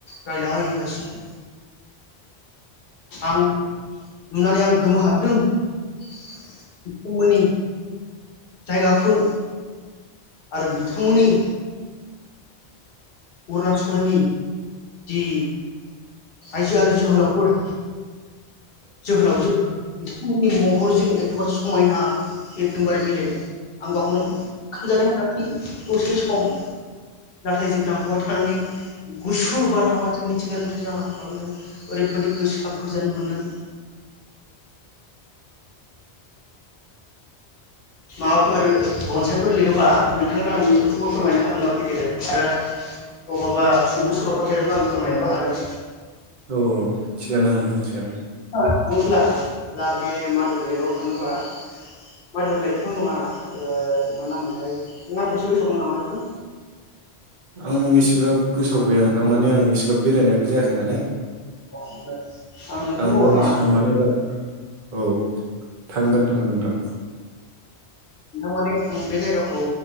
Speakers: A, on the left; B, on the right.
A: रायलायगासिनो आं नुनानै आं गोमो हाबदों बिथांमोननि जायगाखौ आरो बिथांमोननि अरुनाचलनि जि आइजो आरो जोहोलावफोर जोहोलावजो महरजों एकदमबारे समायना एकदमबारे मिलायदों आं गावखौनो खोमजानाय मोनाखै दसे सम नाथाय जेब्ला बेहाय थानानै गुसु बारहावाजों मिथिंगायारिथिजों आराम खालामदों ओरैबायादि गोसोआ गोजोन मोनदों माबाफोर रनसायफोर लिरोबा नोंथांनो आं बेफोरखौबो फोरमायनो हागोन आरोखि गेदेर आरो बबावबा सुंद' सल'फोर लिरोबा आं फोरमायनोबो हागोन
B: औ थिगानो नोंथां थिगानो
A: थाङोब्ला दा बे मादुरि लेकआव थाङोबा मादुर लेकथ' नङा मा नाम मोनथाय नामखौसो गोसोआव दं नामा बेखौ
B: आं इसिग्राब गोसोआव गैया नोंथां माने आं इसिग्राब बेरायनायबो जायाखै नालाय
A: ओमफ्राय आं नोंथांखौ
B: अरुणाचलाव
A: लाना थांनो
B: माने बारा औ थांगोन थांगोन नोंथां
A: नोंथां माने आं बे जायगाखौ